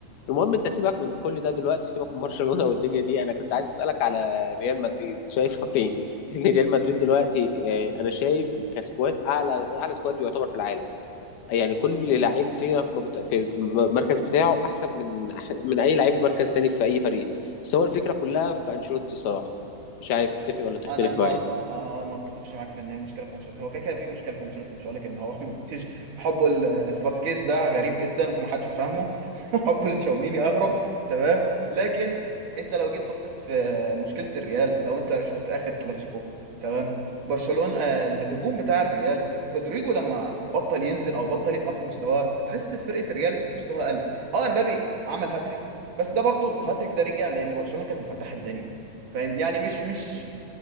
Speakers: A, on the left; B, on the right.
A: المهم انت سيبك من كل ده دلوقتي سيبك من برشلونة والدنيا دي انا كنت عايز اسالك على ريال مدريد شايفها فين <laughs> لان ريال مدريد دلوقتي آه، انا شايف كسكواد اعلى اعلى سكواد يعتبر في العالم يعني كل لعيب فينا في منطقة في في المركز بتاعه احسن من أح- من اي لعيب في مركز تاني في اي فريق بس هو الفكره كلها في انشيلوتي الصراحه مش عارف تتفق ولا تختلف
B: انا ما
A: معايا
B: أتف... آه، ما اتفقش معاك في ان هي المشكله في انشيلوتي هو كده كده في مشكله في انشيلوتي مش هقول لك ان هو <laughs> ما فيش حبه ل- لفاسكيز ده غريب جدا ومحدش فاهمه <laughs> حبه لتشاوميني اغرب تمام لكن انت لو جيت بصيت في مشكله الريال لو انت شفت اخر كلاسيكو تمام برشلونه آه، الهجوم بتاع الريال رودريجو لما بطل ينزل او بطل يبقى في مستواه تحس فرقه الريال مستواها قل اه امبابي عمل هاتريك بس ده برضو الهاتريك ده رجع لان برشلونه كانت مفتحه الدنيا فاهم يعني مش مش